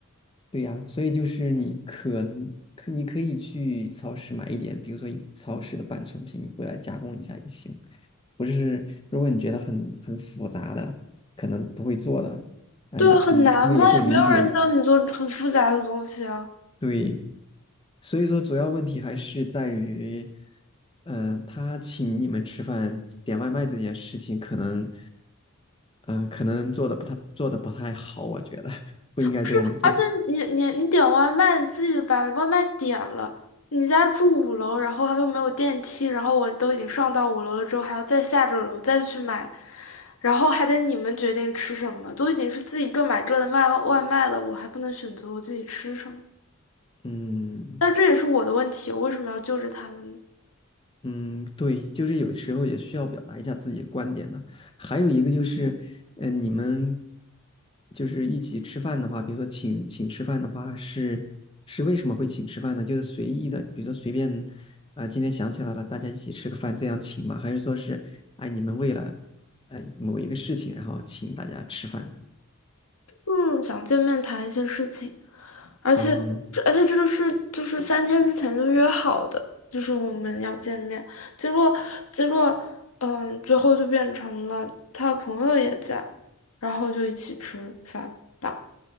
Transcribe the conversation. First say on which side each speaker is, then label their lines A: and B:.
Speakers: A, on the left (about 25°); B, on the left (about 80°).
A: 对呀，所以就是你可能可你可以去超市买一点，比如说以超市的半成品，你回来加工一下也行。不是，如果你觉得很很复杂的，可能不会做的，哎，
B: 对啊，很难吗？
A: 你我也会理解。
B: 也没有人教你做很复杂的东西啊。
A: 对，所以说主要问题还是在于，嗯、他请你们吃饭点外卖这件事情，可能，嗯，可能做的不太做的不太好，我觉得 <laughs> 不应该这样做。
B: 不是，而且你你你点外卖，你自己把外卖点了，你家住五楼，然后又没有电梯，然后我都已经上到五楼了之后，还要再下着楼再去买，然后还得你们决定吃什么，都已经是自己各买各的卖外卖了，我还不能选择我自己吃什么，
A: 嗯。
B: 但这也是我的问题，我为什么要救着他们呢？
A: 嗯，对，就是有时候也需要表达一下自己的观点的。还有一个就是，嗯、呃你们就是一起吃饭的话，比如说请请吃饭的话，是是为什么会请吃饭呢？就是随意的，比如说随便啊、今天想起来了，大家一起吃个饭这样请吗？还是说是哎，你们为了呃某一个事情，然后请大家吃饭？
B: 嗯，想见面谈一些事情。而且这而且这个是就是三天之前就约好的，
A: 嗯，
B: 就是我们要见面，结果结果嗯，最后就变成了他朋友也在，然后就一起吃饭吧。